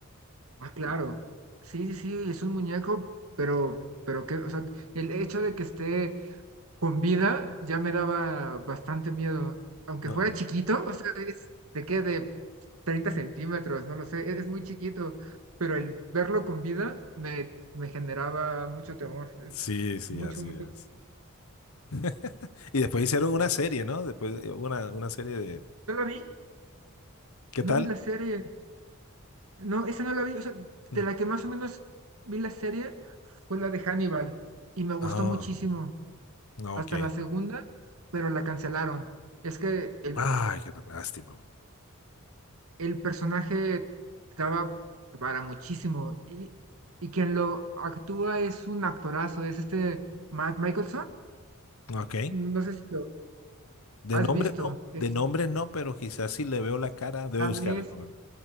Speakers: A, on the right; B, on the left.
A: ah, claro. Sí, sí, sí, es un muñeco, pero, pero que, o sea, el hecho de que esté con vida ya me daba bastante miedo. Aunque
B: No.
A: fuera chiquito, o sea, es, de qué, de 30 centímetros, no lo sé, es, es muy chiquito, pero el verlo con vida me, me generaba mucho temor, eh,
B: Sí, sí,
A: mucho,
B: así
A: mucho
B: es.
A: temor.
B: <laughs> Y después hicieron una serie, ¿no? Después eh, una, una serie de...
A: No la vi,
B: ¿Qué
A: no
B: tal?
A: vi la serie, no, esa no la vi, o sea,
B: Mm.
A: de la que más o menos vi la serie fue la de Hannibal y me gustó
B: Ah,
A: muchísimo,
B: no,
A: hasta
B: ok.
A: la segunda, pero la cancelaron. Es que el,
B: Ay, qué lástima.
A: el personaje estaba para muchísimo y, y quien lo actúa es un actorazo, es este Matt Michelson,
B: Ok.
A: no sé si lo
B: De
A: has
B: nombre
A: visto.
B: no,
A: Es,
B: de nombre no, pero quizás si le veo la cara, debe
A: danés.
B: buscarla en Google.